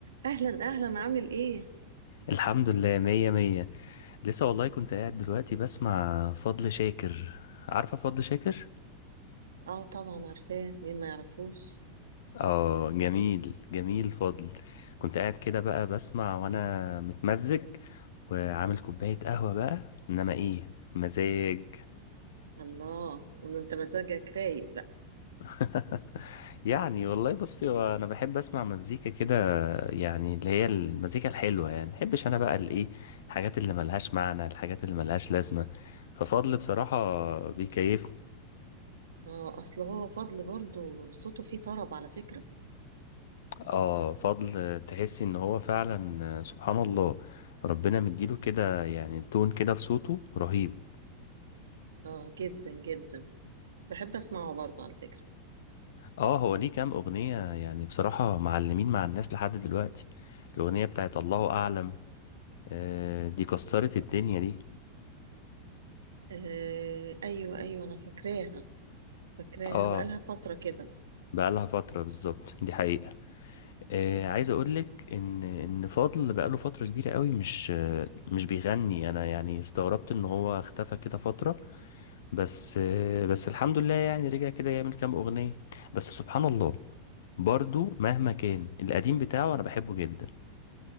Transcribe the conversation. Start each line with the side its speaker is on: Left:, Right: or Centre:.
Right: اهلا اهلا عامل ايه
Left: الحمد لله مية مية لسه والله كنت قاعد دلوقتي بسمع فضل شاكر عارفة فضل شاكر؟
Right: اه طبعا عارفاه مين ما يعرفوش
Left: اه جميل جميل فضل كنت قاعد كده بقى بسمع وانا متمزج وعامل كوباية قهوة بقى انما ايه مزاج
Right: الله ان انت مزاجك رايق بقى
Left: <laughs> يعني
Right: <laughs>
Left: والله بصي هو انا بحب اسمع مزيكا كده يعني اللي هي المزيكا الحلوة يعني محبش انا بقى الايه الحاجات اللي ملهاش معنى الحاجات اللي ملهاش لازمة ففضل بصراحة بيكيفني
Right: اه اصل هو فضل برضو صوته فيه طرب على فكرة
Left: اه فضل تحسي ان هو فعلا آه، سبحان الله ربنا مديله كده يعني تون كده في صوته رهيب
Right: اه جدا جدا بحب اسمعه برضو على فكرة
Left: اه هو ليه كام اغنية يعني بصراحة معلمين مع الناس لحد دلوقتي الاغنية بتاعت الله اعلم آه دي كسرت الدنيا دي
Right: آه ايوه ايوه انا فاكراها فاكراها
Left: اه
Right: بقالها فترة كده
Left: بقالها فترة بالظبط دي حقيقة آه
Right: مم.
Left: عايز اقولك ان ان فضل بقاله فترة كبيرة قوي مش آه مش بيغني انا يعني استغربت ان هو اختفى كده فترة بس بس الحمد لله يعني رجع كده يعمل كام أغنية بس سبحان الله برضو مهما كان القديم بتاعه أنا بحبه جدا